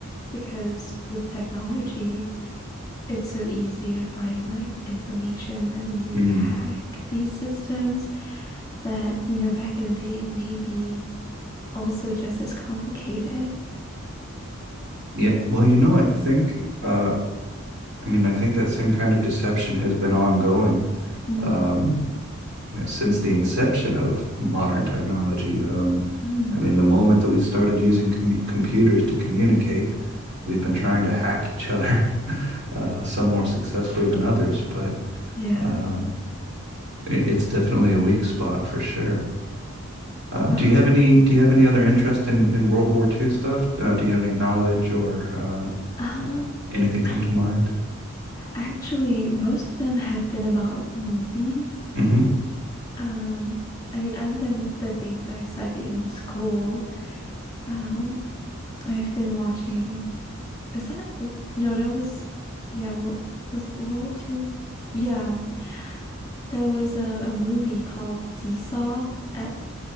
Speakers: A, on the left; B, on the right.
A: Because with technology, it's so easy to find like information and easy
B: Mm.
A: to hack these systems that, you know, back in the day may be also just as complicated.
B: Yeah, well, you know, I think uh, I mean, I think that same kind of deception has been ongoing.
A: Mm,
B: Um, you know, since the inception of modern technology. Um,
A: mm.
B: I mean, the moment that we started using com computers to communicate, we've been trying to hack each other, <laughs> uh, some more successfully than others, but
A: Yeah.
B: um, it's definitely a weak spot for sure. Um,
A: Wow.
B: do you have any do you have any other interest in, in World War II stuff? Uh, do you have any knowledge or uh,
A: Um,
B: uh, anything come
A: I
B: to mind?
A: actually most of them have been about movies.
B: hmm
A: Um, I mean, other than the things I studied in school, um, I've been watching. Is that w- no? That was yeah. What was it World War Two? Yeah, there was a, a movie called Seesaw at